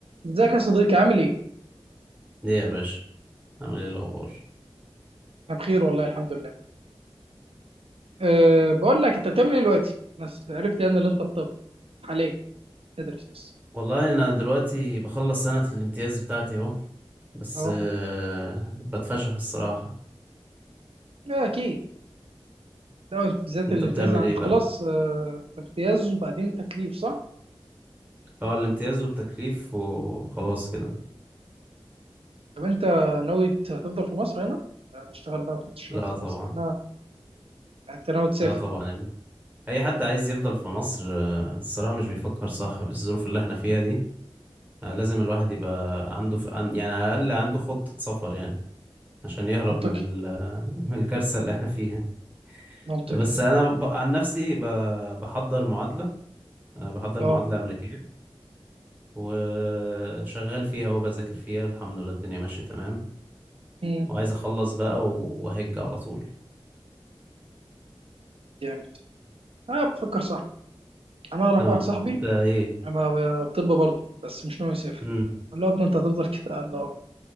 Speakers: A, on the right; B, on the right.
A: ازيك يا صديقي عامل ايه؟
B: ليه يا باشا عامل ايه الاخبار
A: انا بخير والله الحمد لله. أه بقول لك انت بتعمل ايه دلوقتي؟ انا س- عرفت يعني اللي انت في طب حاليا تدرس بس
B: والله انا دلوقتي بخلص سنة الامتياز بتاعتي اهو بس
A: اهو
B: آه، بتفشخ الصراحة
A: لا، اكيد ده انت بالذات
B: انت
A: الامتياز
B: بتعمل
A: انت
B: ايه بقى
A: خلاص أه انت امتياز وبعدين انت تكليف صح؟
B: اه الامتياز والتكليف وخلاص كده
A: طب انت ناوي ت- تفضل في مصر هنا؟ آه، اشتغل بقى في الشركات
B: لا
A: في
B: طبعا
A: مصر هنا يعني انت ناوي تسافر
B: لا طبعا يا ابني اي حد عايز يفضل في مصر آه، الصراحة مش بيفكر صح بالظروف اللي احنا فيها دي آه، لازم الواحد يبقى عنده ف... عن- يعني على الاقل عنده خطة سفر يعني عشان يهرب
A: منطقي
B: من ال... <laughs> من الكارثة اللي احنا فيها
A: منطقي
B: بس
A: منطقي
B: انا ب... عن نفسي ب... بحضر معادلة أه، بحضر
A: اه
B: معادلة أمريكية وشغال فيها وبذاكر فيها الحمد لله الدنيا ماشية تمام
A: مم،
B: وعايز أخلص بقى وهج على طول
A: جامد اه بتفكر صح انا اعرف
B: اه
A: واحد صاحبي
B: انت ايه
A: انا ب- طب برضه بس مش ناوي يسافر
B: مم.
A: قال له يا ابني انت هتفضل كده قال له